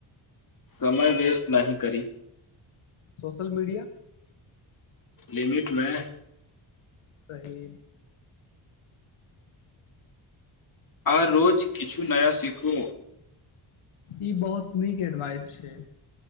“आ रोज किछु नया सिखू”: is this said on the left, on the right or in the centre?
Left